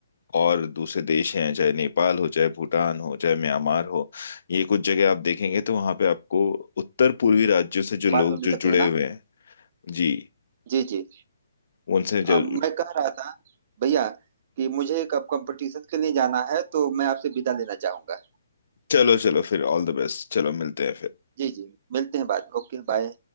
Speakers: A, on the left (about 65°); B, on the right (about 40°).
A: और दूसरे देश हैं चाहे नेपाल हो चाहे भूटान हो चाहे म्यांमार हो ये कुछ जगह आप देखेंगे तो वहां पे आपको उत्तर पूर्वी राज्यों से जो लोग
B: बाद में मिल
A: जो
B: सकते
A: जुड़े
B: हैं ना
A: हुए हैं जी
B: जी जी
A: उनसे जो
B: अ, मैं कह रहा था भैया कि मुझे एक कंपटीशन के लिए जाना है तो मैं आपसे विदा लेना चाहूंगा
A: चलो चलो फिर ऑल द बेस्ट चलो मिलते हैं फिर
B: जी जी मिलते हैं बाद में Okay bye